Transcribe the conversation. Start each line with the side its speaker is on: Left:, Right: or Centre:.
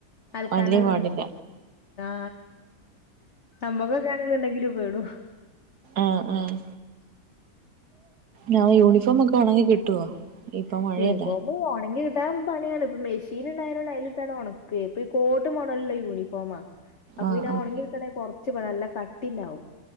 Left: അൽക്കാന്
Right: വല്യ പാടില്ല
Left: <inaudible> ആ നമ്മൊക്കൊക്കെ ആണ്ന്നുണ്ടെങ്കിൽ പെടും
Right: ആഹ് അഹ് ഞാ യൂണിഫോമ ഒക്കെ ഒണങ്ങി കിട്ടുവോ ഇപ്പൊ മഴയല്ലേ
Left: ക്ക് യൂനിഫോം ഇ ഒണങ്ങി കിട്ടാൻ പണിയാണ് ഇപ്പൊ മെഷീൻ ഉണ്ടായനോണ്ട് അയിലിട്ടാണ്ട് ഉണക്കേ ഇപ്പൊ ഈ കോട്ട് മോഡലുള്ള യൂണിഫോം ഫോമാ അപ്പം
Right: ആഹ്
Left: പിന്നെ
Right: ആഹ്
Left: ഒണങ്ങി കിട്ടണങ്കിൽ കുറച്ച് പണി നല്ല കട്ടിണ്ടാവും